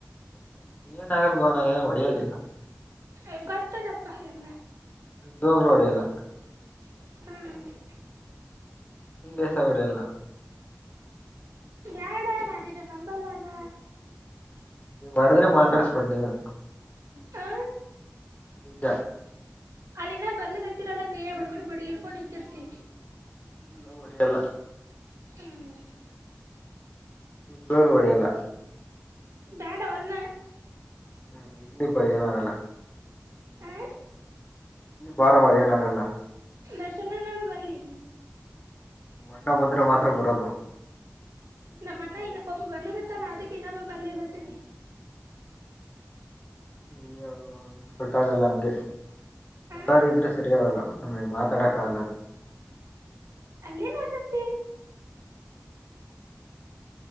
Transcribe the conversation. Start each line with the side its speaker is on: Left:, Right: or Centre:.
Left: <inaudible> ಏನ್ ಆಗಲ್ ಬಾ ನಾ ಏನ್ ಹೊಡೆಯಲ್ ನಿನ್ನ.
Right: ಹೇ ಗೊತ್ತದಪ್ಪಾ ಎಲ್ಲ.
Left: ನಿಜ್ವಾಗ್ಲೂ ಹೊಡಿಯಲ್ಲ.
Right: ಹ್ಮ್ಮ್.
Left: <unintelligible> ಒಡೆಯಲ್ಲ.
Right: ಬೇಡಾ ನಾ ಇದುನ್ ನಂಬಲಲ್ಲ.
Left: ಓಡ್ದ್ರೆ ಮಾತಾಡ್ಸ ಬ್ಯಾಡ್ ನೀನು.
Right: ಹಾ.
Left: ನಿಜ.
Right: ಅಲ್ಲಿನ ಬರ್ಲಿಕ್ಕತ್ತಿರಲ್ಲ ಕೈಯಗ್ ಬಡ್ಕೊಂಡ್ ಬಡ್ಗಿ ಇಡ್ಕೊಂಡ್ ನಿಂತಿರ್ತಿ.
Left: ಇಲ್ಲ ಹೊಡಿಯಲ್ಲ.
Right: ಹ್ಮ್.
Left: ನಿಜ್ವಾಲು ಒಡಿಯಲ್ಲ.
Right: ಬ್ಯಾಡ ವಲ್ಲೆ.
Left: <unintelligible> ಏನ್ ಆಗಲ್ಲ.
Right: ಆ
Left: ಬರವ ಏನಾಗಲ್ಲ.
Right: ದರ್ಶನಣ್ಣನು ಬರ್ಲಿ.
Left: ಅಣ್ಣ ಬಂದ್ರೆ ಮಾತ್ರ ಬರದು.
Right: ನಮ್ಮಣ್ಣ ಇನ್ನ ಪಾಪ ಬಲ್ರಿಕತ್ತನಾ ಅದಿಕ್ಕೆ ಇನ್ನೊಬ್ಬ ಬರ್ಲಿ ಅನಾತ್ತೀನಿ.
Left: ಹೇ ಸೆಟ್ ಆಗಲ್ಲ ಹಂಗೆ
Right: ಹ
Left: ಎಲ್ಲಾರು ಇದ್ರೆ ಸರಿಯಾಗಲ್ಲ. ನಮಿಗ್ ಮಾತಡಕಗಲ್ಲ.
Right: ಅಲ್ಲೇನ್ ಮಾತಾಡ್ತಿ.